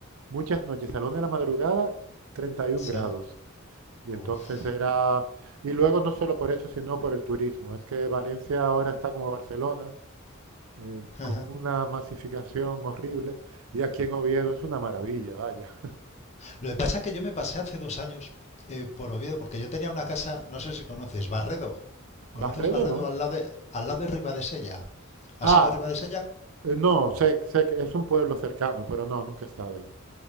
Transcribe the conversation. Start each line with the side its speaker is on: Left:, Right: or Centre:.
Right: Muchas noches, a la una de la madrugada, 31
Left: Sí.
Right: grados. Y entonces
Left: Uf.
Right: era... Y luego no solo por eso, sino por el turismo. Es que Valencia ahora está como Barcelona, eh,
Left: <laughs>
Right: con una masificación horrible. Y aquí en Oviedo es una maravilla, vaya.
Left: Lo que pasa es que yo me pasé hace dos años eh, por Oviedo, porque yo tenía una casa, no sé si conoces, Barredo. ¿Conoces
Right: Barredo
Left: Barredo
Right: no.
Left: al lado de, al lado de Ribadesella? ¿Has
Right: Ah,
Left: ido a Ribadesella?
Right: eh, no, sé, sé que es un pueblo cercano, pero no, nunca he estado allí.